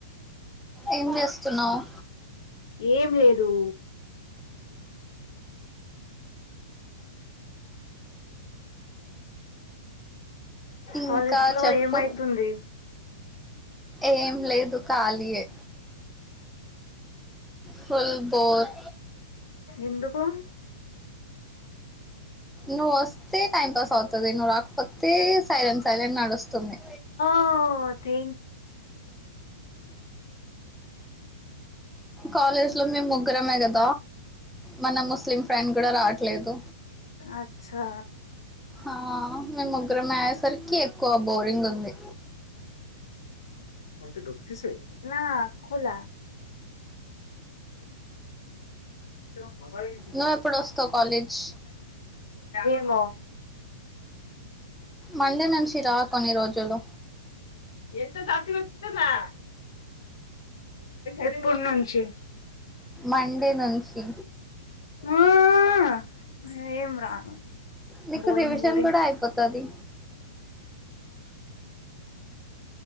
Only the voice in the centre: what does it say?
ఏం చేస్తున్నావ్
ఇంకా
చెప్పు
ఏం లేదు ఖాలియే ఫుల్ బోర్
నువ్వు వస్తే టైం పాస్ అవుతుది నువ్వు రాకపోతే సైలెంట్ సైలెంట్ నడుస్తుంది
కాలేజ్ లో మేము ముగ్గురంమే కదా మన ముస్లిం ఫ్రెండ్ కూడా రావట్లేదు
ఆ మేము ముగ్గురం అయేసరికి ఎక్కువ బోరింగ్ ఉంది
నువ్వు ఎప్పుడు వస్తావు కాలేజ్
మండే నుంచి రా కొన్ని రోజులు
మండే నుంచి
నీకు
రివిజన్
కూడా అయిపోతది